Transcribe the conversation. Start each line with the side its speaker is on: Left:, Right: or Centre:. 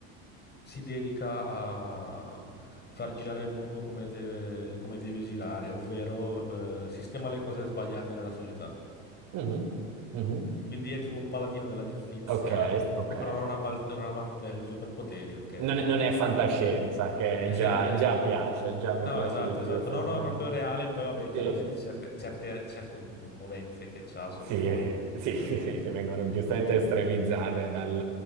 Left: si dedica a far girare il mondo come deve, come deve girare, ovvero eh, sistema le cose sbagliate nella società.
Right: Mhm, mhm.
Left: Quindi è tipo un paladino della giustizia
Right: Ok, ok.
Left: che però non ha, mal- non ha mantello e superpoteri, ok?
Right: Non è, non è fantascienza, che
Left: Eh,
Right: già,
Left: se-
Right: già piace, già mi
Left: No,
Right: piace
Left: esatto,
Right: di più
Left: esatto.
Right: effettivamente.
Left: No, no, è proprio reale. Poi, vabbè, chiaramente
Right: Sì, sì.
Left: certe, certe- certe movenze che c'ha sono
Right: Sì,
Left: folli.
Right: <laughs> sì,
Left: Eh, Cioè,
Right: sì,
Left: vabbè.
Right: sì, sì, vengono giustamente
Left: Eh,
Right: estremizzate dal,